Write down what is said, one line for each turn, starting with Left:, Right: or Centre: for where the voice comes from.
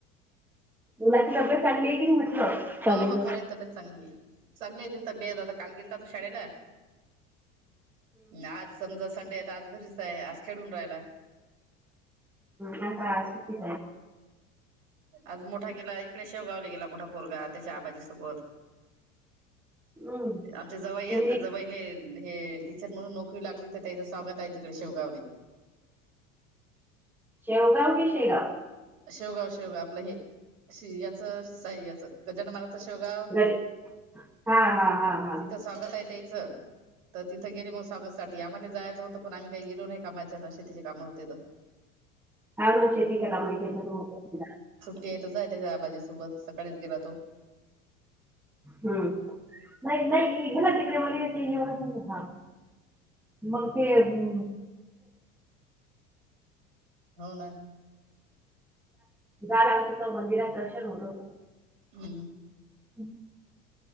Centre: मुलाची तब्येत चांगली आहे की नाही म्हटलं. चालेल
Right: हो हो पोराची तब्येत चांगली चांगली ये काल गेलता. शाळेला. आज समजा संडे आहे तर आज घरीच आहे आज खेळून राहायला
Centre: ह का आज सुट्टी
Right: आज मोठा गेला इकडे शेवगावल गेला मोठा फोरगा त्याच्या आबाजीसोबत.
Centre: हम्म.
Right: आमच्या जवाई
Centre: तुम्ही
Right: जवाई हे म्हणून नोकरी लागली तर त्याचं स्वागत आहे तिकडे शेवगावले
Centre: शेवगाव की शेगाव?
Right: शेवगाव शेवगाव आपलं हे श याचं साई याचं गजान माल शेवगाव
Centre: गड- हा हा हा
Right: तिथंच
Centre: हा
Right: स्वागत आहे त्यायच तर तिथं गेले मग स्वागतसाठी - ते आम्हाले जायचं होतं पण आ्ही काही गेलो नाही कामाच्या ना शेती ची काम होते तर
Centre: त्या आप शेती काम मोठी तुला
Right: ते येतच आहे आ बाजीसोबत सकाळीच गेला तो
Centre: हम्म न नै घला तिकलेे म ह म ते हम्
Right: हो ना
Centre: जा लागत होत मंदिरात दर्शन होत होत.
Right: हम्
Centre: ह